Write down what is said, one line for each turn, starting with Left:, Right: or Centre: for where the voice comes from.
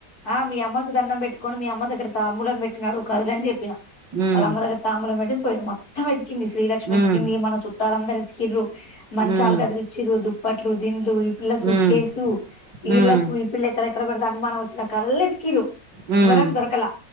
Left: ఆ మీ అమ్మాకు దండం పెట్ కొన్ని మీ అమ్మ దగ్గర తమ్ముబలామ్ పెట్టినాడు కదుల్ అని చెప్పిన
Right: మ్మ్
Left: వాళ్ళ ముదగ తాములం మేట పోయి మొం తూ కింది శ్రీలక్ష్మి
Right: మ్మ్
Left: ఎతికింది మన చు లందరుఎతికిర్రు మంచి
Right: మ్మ్
Left: చాలుగ అ ఇచ్చిరుదు పట్లు దిండ్లు పల్ల సూట్కేసు
Right: మ్మ్ మ్మ్
Left: ఇళ్ళ పిల్లి ఎక్కడెక్కడ అనుమానం వచ్చిన కళ్ళ ఎతి కిరు
Right: మ్మ్ మ్మ్
Left: ఉంగరం దొరకలా